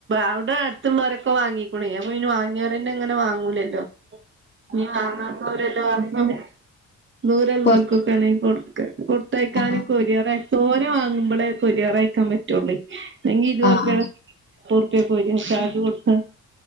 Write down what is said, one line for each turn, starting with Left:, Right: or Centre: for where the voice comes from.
Right: അവിടെ അടുത്തുള്ളവരൊക്കെ വാങ്ങിക്കൂണ അപ്പൊ ഇനി വങ്ങിയവരങ്ങനെ താങ്ങൂലല്ലോ ന താങ്ങൂരല്ലോ പറ ദൂര ഉള്ളവർക്കൊക്കെ
Left: പൊറത്ത്
Right: ആണെങ്ക പുറത്തയക്കാനും
Left: ആഹ് ആഹ്
Right: കൊരിിയറ സോന വാങ്ങുമ്പോളേ കൊരിയാർ അയക്കാൻ പറ്റുള്ളേ അെങ്കി ഇരുപുപയുടെ
Left: ആഹ്
Right: പൊറക്കക്ക പോയിരിക്ക ചാജ് കൊടുത്ത്